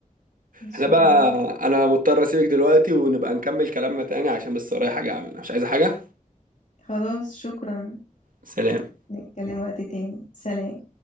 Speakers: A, on the left (about 55°); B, on the right (about 75°).
A: إن شاء
B: احنا بقى
A: الله
B: انا مضطر اسيبك دلوقتي ونبقى نكمل كلامنا تاني عشان بس ورايا حاجة اعملها مش عايزة حاجة
A: خلاص شكرا
B: سلام
A: نتكلم وقت تاني سلام